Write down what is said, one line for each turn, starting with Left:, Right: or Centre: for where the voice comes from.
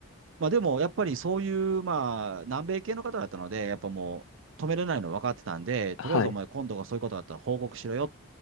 Right: まあ、でも、やっぱりそういう、まあ、南米系の方だったので、やっぱもう、止めれないの分かってたんで、
Left: あ。
Right: とりあえずお前今度がそういうことだったら報告しろよっ
Left: はい。